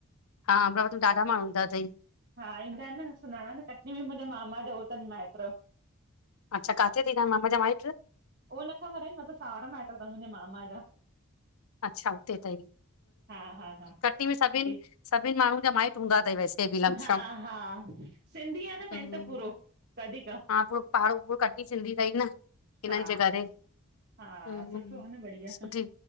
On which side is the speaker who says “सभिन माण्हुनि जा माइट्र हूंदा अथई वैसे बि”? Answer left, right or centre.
Left